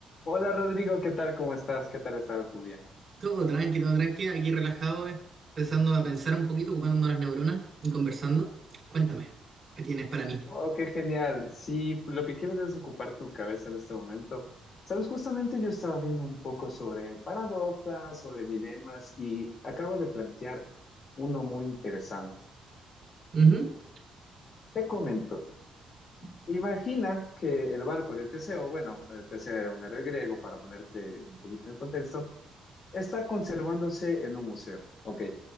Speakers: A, on the left (about 50°); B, on the right (about 35°).
A: Hola Rodrigo, ¿qué tal? ¿Cómo estás? ¿Qué tal ha estado tu día?
B: Todo tranqui, todo tranqui, aquí relajado, eh, empezando a pensar un poquito, ocupando las neuronas y conversando. Cuéntame, ¿qué tienes para mí?
A: Wow, qué genial. Sí, lo que quieres es ocupar tu cabeza en este momento. Sabes, justamente yo estaba viendo un poco sobre paradojas, sobre dilemas y acabo de plantear uno muy interesante.
B: Ujú,
A: Te comento, imagina que el barco de Teseo, bueno, eh, Teseo era un héroe griego, para ponerte un poquito en contexto, está conservándose en un museo. Ok.